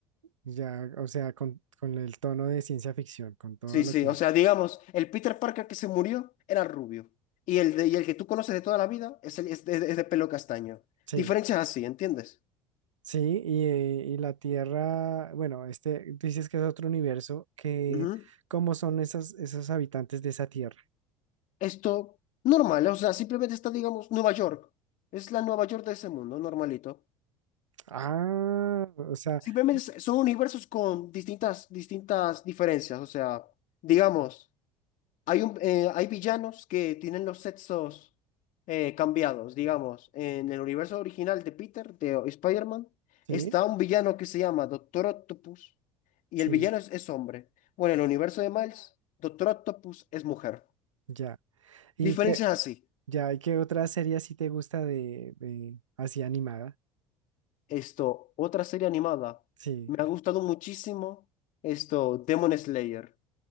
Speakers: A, on the right; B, on the left.
A: Ya, o sea, con, con el tono de ciencia ficción, con todo
B: Sí,
A: lo
B: sí,
A: que...
B: o sea, digamos, el Peter Parker que se murió era rubio y el, de, y el que tú conoces de toda la vida es, el- es de, es de pelo castaño.
A: Sí,
B: Diferencias así, ¿entiendes?
A: sí, y, eh, y la Tierra, bueno, este dices que es otro universo, que
B: Ujú.
A: ¿cómo son esas, esos habitantes de esa Tierra?
B: Esto, normal, o sea, simplemente está, digamos, Nueva York. Es la Nueva York de ese mundo, normalito.
A: Ah, o sea,
B: Simplemente
A: mm,
B: es- son universos con distintas, distintas diferencias, o sea, digamos. Hay, un, eh, hay villanos que tienen los sexos eh, cambiados, digamos. En el universo original de Peter, de Spider-Man,
A: sí,
B: está un villano que se llama Doctor Octopus y
A: sí,
B: el villano es, es hombre. Bueno, en el universo de Miles, Doctor Octopus es mujer.
A: ya. Y
B: Diferencias
A: que,
B: así.
A: ya, ¿y qué otra serie así te gusta de, de así animada?
B: Esto, otra serie animada.
A: Sí.
B: Me ha gustado muchísimo esto, Demon Slayer.